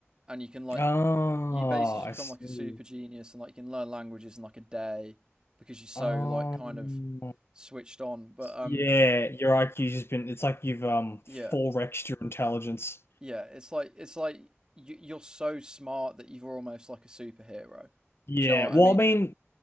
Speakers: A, on the right; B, on the left.
A: and you can like
B: Oh,
A: you basically just
B: I
A: become
B: see.
A: like a super genius and like you can learn languages in like a day because you're so
B: Um,
A: like kind of switched on. But um
B: yeah, your IQ's just been, it's like you've um
A: yeah,
B: 4x'd your intelligence.
A: Yeah, it's like it's like you, you're so smart that you're almost like a superhero.
B: Yeah,
A: Do you know what
B: well,
A: I mean?
B: I mean,